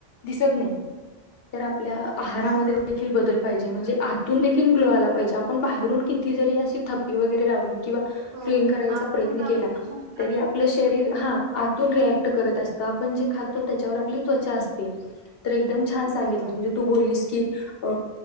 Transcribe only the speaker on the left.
दिसत नाही तर आपल्या आहारामध्ये
देखील बदल पाहिजे म्हणजे आतून देखील ग्लो आला पाहिजे आपण बाहेरून किती जरी अशी थपी वगैरे लावली किंवा
क्लीन करायचा
प्रयत्न
केला तरी आपलं शरीर हा आतून रिएक्ट करत असत आपण जे खातो त्याच्यावर आपली त्वचा असते. तर एकदम छान सांगितलंस
म्हणजे तू बोललीस की अ